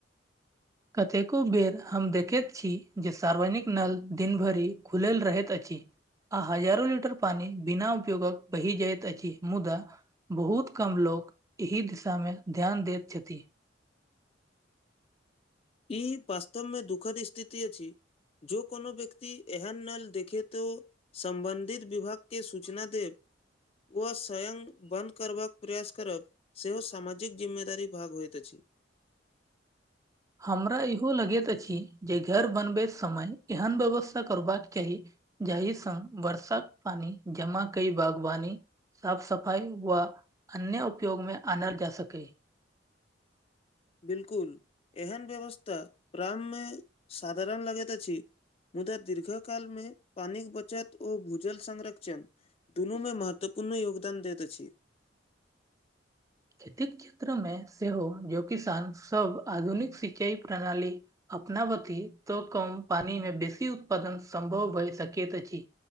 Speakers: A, on the right; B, on the left.
A: कतेको बेर हम देखति छी जे सार्वजनिक नल दिन भरि खुलल रहति अछि आ हजारो लीटर पानि बिना उपयोगक बहि जाइत अछि मुदा बहुत कम लोग एहि दिशा मे ध्यान दति छथि
B: ई वास्तव मे दुःखद स्थिति अछि जॅं कोनो व्यक्ति एहन नल देखे तऽ सम्बन्धित विभाग के सूचना देब ओ स्वयं बन्द करबाक प्रयास करब सेहो सामाजिक जिम्मेदारीक भाग होइत अछि
A: हमरा इहो लगति अछि जे घर बनबै समय एहन व्यवस्था करबाक चाही जाहि सॅं वर्षाक पानी जमा कइ बागवानी साफ सफाइ वा अन्य उपयोग मे आना जा सकय
B: बिलकुल एहन व्यवस्था प्रारम्भ मे साधारण लगति अछि मुदा दीर्घ काल मे पानिक बचत ओ भूजल संरक्षण दुनू मे महत्वपूर्ण योगदान दति अछि
A: खेतीक क्षेत्र मे सेहो जे किसान सब आधुनिक सिंचाई प्रणाली अपना बती तऽ कम पानि मे बेसी उत्पादन सम्भव भय सकति अछि